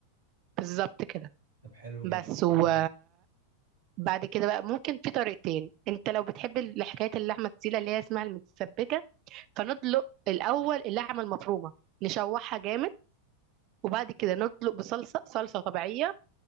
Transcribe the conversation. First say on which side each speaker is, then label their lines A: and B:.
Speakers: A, on the right; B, on the right.
A: بالظبط كده
B: طب حلو جدا
A: بس و
B: حلو جدا.
A: بعد كده بقى ممكن في طريقتين انت لو بتحب ال- حكايه اللحمه التقيله اللي هي اسمها المتسبكه فندلق الاول اللحمه المفرومه نشوحها جامد وبعد كده ندلق بصلصه صلصه طبيعيه